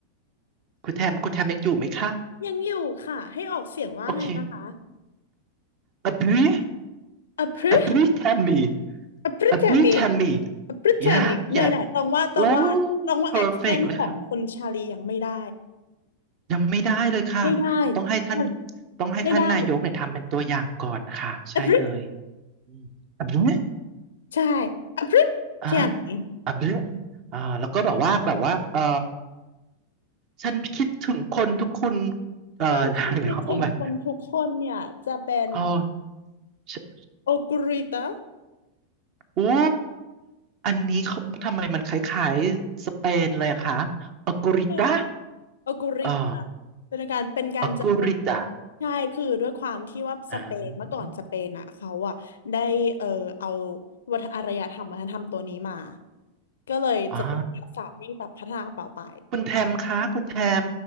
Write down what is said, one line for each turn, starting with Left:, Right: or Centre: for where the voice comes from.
Right: คุณแทมคุณแทมยังอยู่ไหมคะ
Left: ยังอยู่ค่ะให้ออกเสียงว่าไงนะคะ
Right: โอเคอบรี
Left: อพรึ
Right: A brief Tammy.
Left: อพรึแคมิ
Right: A brief Tammy.
Left: Britannic
Right: Yeah,
Left: เนี่ยนะตองว่าตองว่าตองว่า
Right: yeah. โอ้ perfect
Left: accent
Right: เลยครับ
Left: ของคนชาลียังไม่ได้
Right: ยังไม่ได้เลยค่ะ
Left: ไม่ได้
Right: ต้องให้ท่าน
Left: มัน
Right: ต้องให้ท่านนายกเนี่ยทำเป็นตัวอย่างก่อนค่ะใช่เลย
Left: ไม่ได้ a b r i t
Right: อืมอับเนี้ย
Left: ใช่ a b r i t
Right: อ่ะ
Left: เที่ยง้
Right: อับเนี้ยอ่าแล้วก็แบบว่าแบบว่าเออฉันคิดถึงคนทุกคนเอ่ออะไรเงี้ยเอาหมา
Left: ถ้าฉันคิดถึงคนทุกคนเนี่ยจะเป็น
Right: เอาฉัน
Left: โอกุริตะ
Right: โอ้อันนี้เขาทำไมมันคล้ายๆสเปนเลยอะคะอัลกอริตา
Left: คือโอกุริตะเป็นการเป็นการจะเป็น
Right: อ่า ออกูริตา
Left: ใช่คือด้วยความที่ว่าสเปนเมื่อก่อนสเปนอ่ะเขาอ่ะได้เออเอา
Right: อ่า
Left: วัฒนอารยธรรมวัฒนธรรมตัวนี้มาก็เลยจะเป็นภาษาที่แบบพัฒนาต่อไป
Right: อ่าคุณแทมคะคุณแทม